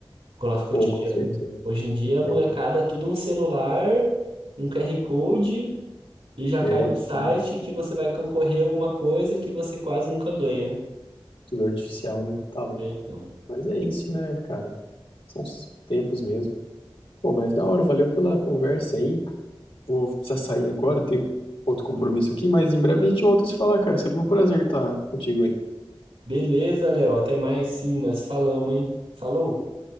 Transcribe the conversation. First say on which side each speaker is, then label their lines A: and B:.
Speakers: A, on the right; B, on the left.
A: Com o nosso cotidiano.
B: Pô, com certeza.
A: Hoje em dia, a
B: É,
A: molecada, é tudo um celular, um QR Code. E já
B: é
A: cai no site
B: tudo,
A: que você vai concorrer a alguma coisa que você quase nunca ganha, né?
B: tudo artificial, né? Tá louco.
A: É, então.
B: Mas é isso, né, cara? São os tempos mesmo. Pô, mas da hora, valeu pela conversa aí. Vou precisar sair agora, tenho outro compromisso aqui, mas em breve a gente volta a se falar, cara. É Sempre um prazer estar contigo aí.
A: Beleza, Léo. Até mais sim, nós falamos, hein? Falou!